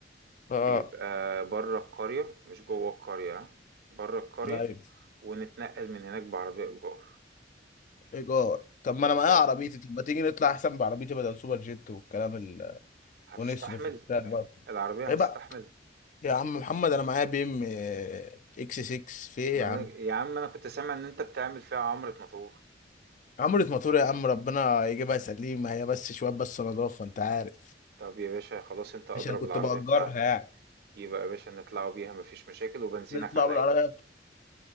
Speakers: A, on the left; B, on the right.
A: ف... اه
B: بيبقى برّه القرية مش جوّه القرية ها، برّه القرية
A: ايوه
B: ونتنقّل من هناك بعربية إيجار.
A: ايجار طب ما انا معايا
B: آه،
A: عربيتي طب ما تيجي نطلع احسن بعربيتي بدل سوبر جيت والكلام ال...
B: هتستحمل؟
A: ونصرف وبتاع بقى
B: العربية
A: ايه
B: هتستحمل؟
A: بقى يا عم محمد انا معايا بي ام اكس 6 في ايه
B: ما
A: يا
B: أنا
A: عم
B: يا عم أنا كنت سامع إن أنت بتعمل فيها عمرة مطور.
A: عمرة موتور يا عم ربنا يجيبها سليمة هي بس شوية بس نضافة انت عارف
B: طَب يا باشا خلاص أنت أدرى
A: عشان كنت
B: بالعربية
A: بأجرها
B: بتاعتك،
A: يعني
B: يبقى يا باشا نطلعوا بيها ما فيش مشاكل وبنزينك
A: نطلع
B: عليّا.
A: بالعربية